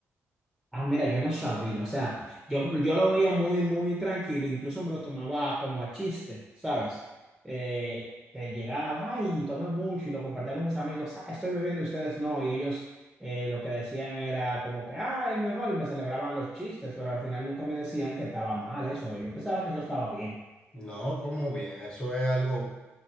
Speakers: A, in the centre; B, on the left.
A: Ah, mira, yo no sabía. O sea, yo, yo lo veía muy, muy tranquilo. Incluso me lo tomaba como a chiste, ¿sabes? Eh, que llegaba, ay, tomé mucho y lo compartía con mis amigos. Ah, estoy bebiendo y ustedes no. Y ellos eh, lo que decían era como que, ah, el mejor. Y me celebraban los chistes, pero al final nunca me decían que estaba mal eso. Yo pensaba que eso estaba bien.
B: No, como bien, eso es algo